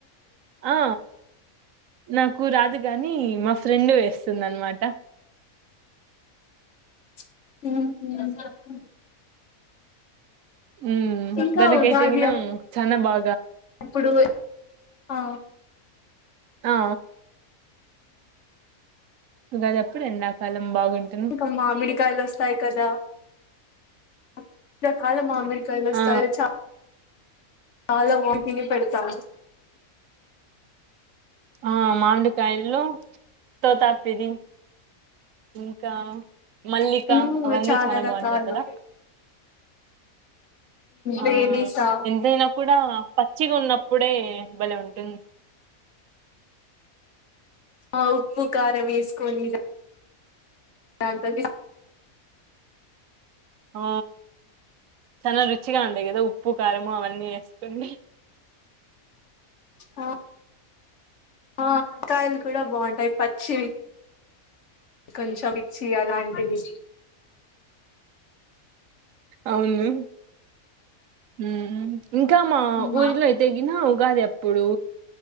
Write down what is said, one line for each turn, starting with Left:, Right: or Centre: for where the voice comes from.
Right: ఆ నాకు రాదు కాని మా ఫ్రెండ్ వేస్తుంది అనమాట
Left: హ
Right: ఉ
Left: ఇంకా
Right: దనకైతేగిన
Left: ఉగాది
Right: చన బా
Left: అప్పుడు ఆ
Right: ఆ <unintelligible> అప్పుడు ఎండాకాలం బాగుంటుంది
Left: ఇంక మిడికాయలు వస్తాయి కదా <unintelligible>
Right: ఆ
Left: <unintelligible>
Right: ఆ మామిడికాయలు తోతపిరీ ఇంకా మల్లిక
Left: మ్మ్
Right: అవన్నీ చాలా
Left: రకాలు
Right: బాగుంటాయి కదా ఆ
Left: బేనిసా
Right: ఎంతైన కూడ పచ్చిగ ఉన్నప్పుడే భలే ఉంటు
Left: ఆ ఉప్పు కారం వేసుకొని దాంట్లోకి
Right: ఆ చాలా రుచిగ ఉండేయి కదా ఉప్పు కారం అవన్నీ వేసుకొని
Left: ఆ ఆ <unintelligible> కూడ బాగుంటాయి పచ్చివి కొంచెం ఇచ్చి అలాంటివి
Right: అవును హు ఇంకా మా
Left: మ్మ్
Right: ఊరిలో అయితే గిన ఉగాది అప్పుడు